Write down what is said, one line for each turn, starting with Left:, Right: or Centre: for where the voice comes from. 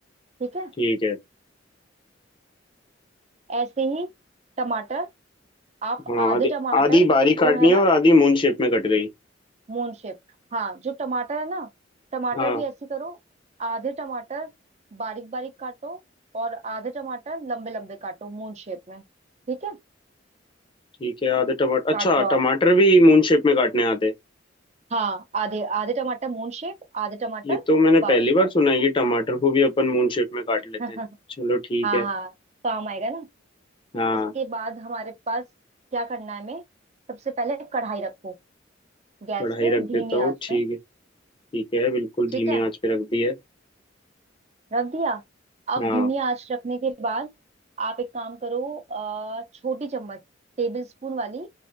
Right: ठीक है
Left: ठीक है
Right: ऐसे ही टमाटर आप
Left: हाँ
Right: आधे
Left: आधी
Right: टमाटर
Left: आधी बारीक काटनी
Right: जो है
Left: है
Right: ना
Left: और आधी मून शेप में कट गई
Right: मून शेप हाँ जो टमाटर है ना टमाटर
Left: हाँ
Right: भी ऐसे करो आधे टमाटर बारीक बारीक काटो और आधे टमाटर लंबे लंबे काटो मून शेप में ठीक है
Left: ठीक है आधे टमाटर अच्छा
Right: काट लो आप
Left: टमाटर भी मून शेप में काटने आते हैं।
Right: हाँ आधे आधे टमाटर मून शेप आधे टमाटर
Left: ये तो मैंने
Right: बारीक
Left: पहली बार
Right: काट
Left: सुना
Right: लो
Left: है कि टमाटर को भी अपन मून शेप में काट लेते
Right: <laughs>
Left: हैं चलो ठीक
Right: हाँ
Left: है
Right: हाँ काम आएगा ना
Left: हाँ
Right: इसके बाद हमारे पास क्या करना है हमें सबसे पहले कढ़ाई रखो गैस
Left: कढ़ाई
Right: पे
Left: रख
Right: धीमी
Left: देता हूँ
Right: आंच
Left: ठीक
Right: में
Left: है ठीक है बिल्कुल
Right: ठीक
Left: धीमी
Right: है
Left: आंच पे रख दी है
Right: रख दिया अब
Left: हाँ
Right: धीमी आंच रखने के बाद आप एक काम करो अ, छोटी चम्मच टेबल स्पून वाली